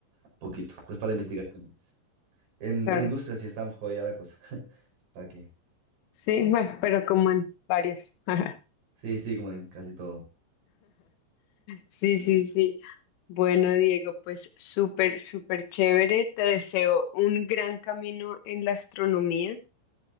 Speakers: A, on the right; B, on the left.
A: un poquito, pues para la investigación. En,
B: Claro.
A: en industria sí está jodida la cosa. <laughs> ¿Para qué?
B: Sí, bueno, pero como en varias. <laughs>
A: Sí, sí, como en casi todo.
B: Sí, sí, sí. Bueno, Diego, pues súper, súper chévere. Te deseo un gran camino en la astronomía.